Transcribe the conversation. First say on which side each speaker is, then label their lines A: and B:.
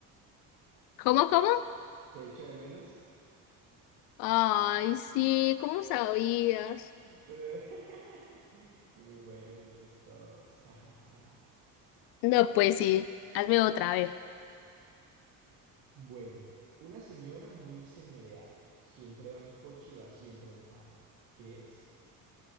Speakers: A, on the left; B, on the right.
A: ¿Cómo, cómo?
B: te echo de menos,
A: Ay, sí, ¿cómo sabías?
B: pero <laughs> son muy buenos, yo me sé todos. <laughs>
A: No, pues sí, hazme otra, a ver.
B: Bueno, una señora muy señoreada, siempre va en coche y va siempre mojada. ¿Qué es?